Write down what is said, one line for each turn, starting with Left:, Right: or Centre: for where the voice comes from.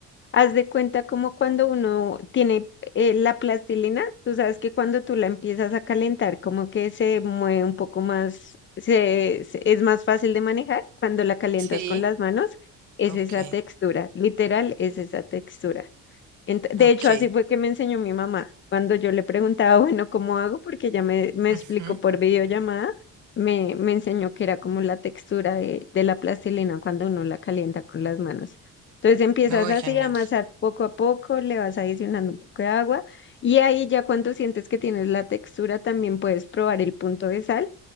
Left: Haz de cuenta como cuando uno tiene eh, la plastilina, tú sabes que cuando tú la empiezas a calentar, como que se mueve un poco más, se, se- es más fácil de manejar cuando la calientas
Right: Sí,
Left: con las manos, es
Right: ok,
Left: esa textura, literal, es esa textura. Ent- De
Right: ok.
Left: hecho, así fue que me enseñó mi mamá. Cuando yo le preguntaba, bueno, ¿cómo hago? Porque ella me, me
Right: ujú,
Left: explicó por videollamada, me, me enseñó que era como la textura de, de la plastilina cuando uno la calienta con las manos. Entonces empiezas
Right: No,
Left: así
Right: genial.
Left: a amasar poco a poco, le vas adicionando un poco de agua y ahí ya cuando sientes que tienes la textura también puedes probar el punto de sal